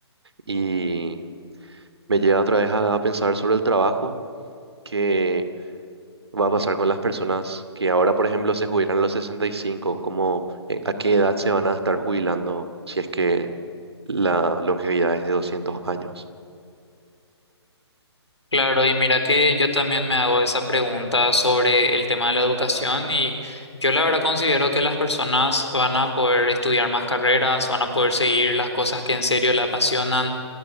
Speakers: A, on the right; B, on the left.
A: Y me lleva otra vez a pensar sobre el trabajo, que va a pasar con las personas que ahora, por ejemplo, se jubilan a los sesenta y cinco como eh, a qué edad se van a estar jubilando si es que la longevidad es de doscientos años?
B: Claro, y mira que yo también me hago esa pregunta sobre el tema de la educación y yo la verdad considero que las personas van a poder estudiar más carreras, van a poder seguir las cosas que en serio le apasionan.